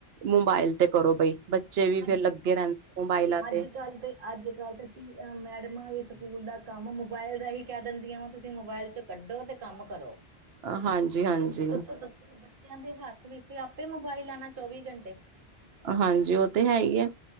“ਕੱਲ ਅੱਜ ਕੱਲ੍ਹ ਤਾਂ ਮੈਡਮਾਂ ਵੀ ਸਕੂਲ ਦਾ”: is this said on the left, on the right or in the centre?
Right